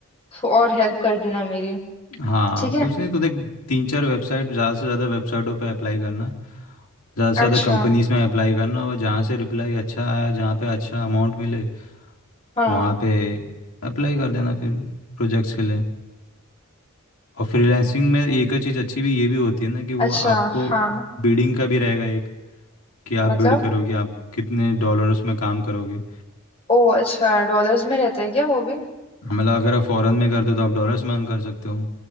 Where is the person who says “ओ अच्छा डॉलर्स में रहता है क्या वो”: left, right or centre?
Left